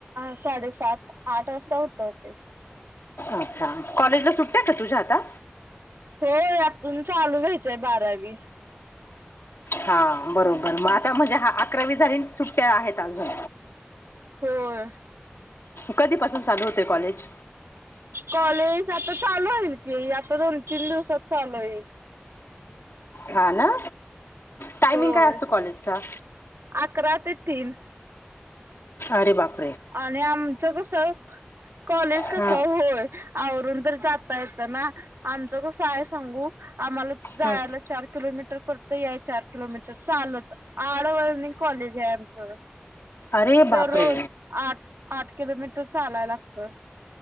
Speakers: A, on the right; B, on the left.
A: साडेसात आठ वासता उठवते.
B: अच्छा. कॉलेजला सुट्ट्या आहेत का तुझ्या आता?
A: होय. आजुन चालू होयचय बारावी.
B: हा बरोबर. म म्हणजे हा आता अकरावी झाली आणि सुट्ट्या आहेत अजून.
A: होय..
B: कधीपासून चालू होतय कॉलेज?
A: कॉलेज आता चालू होईल की. आता दोन तीन दिवसात चालू होईल.
B: हा ना, टायमिंग
A: होय
B: काय असतो कॉलेजचा?
A: अकरा ते तीन.
B: अरे बाप!
A: आणि आमचं कस कॉलेज कस
B: हम्म
A: होय. आवरून तर जाता येतं ना, आमचं कसं आहे सांगू आम्हाला जायला
B: हम्म
A: चार किलोमीटर परत या चार किलोमीटर चालत आडवणीत कॉलेज आहे आमचं.
B: अरे
A: दररोज
B: बापरे!
A: आठ किलोमीटर चालाय लागत.